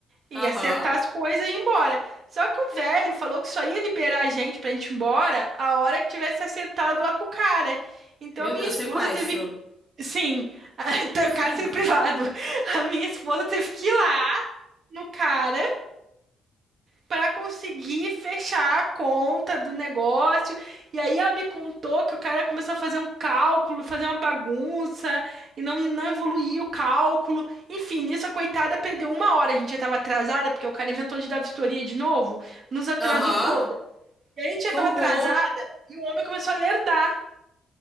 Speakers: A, on the right; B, in the centre.
A: e
B: Aham,
A: acertar as coisas e ir embora. Só que o velho falou que só ia liberar a gente pra gente ir embora a hora que tivesse acertado lá com o cara. Então
B: meu
A: a minha
B: Deus,
A: esposa
B: sequestro.
A: teve. Sim, <laughs>
B: <laughs>
A: cárcere privado. A minha esposa teve que ir lá no cara para conseguir fechar a conta do negócio. E aí ela me contou que o cara começou a fazer um cálculo, fazer uma bagunça e não, não evoluía o cálculo. Enfim, nisso a coitada perdeu uma hora. A gente já estava atrasada, porque o cara inventou de dar vistoria de novo, nos atrasou
B: Aham,
A: toda. E a gente já
B: que
A: estava atrasada
B: horror.
A: e o homem começou a lerdar.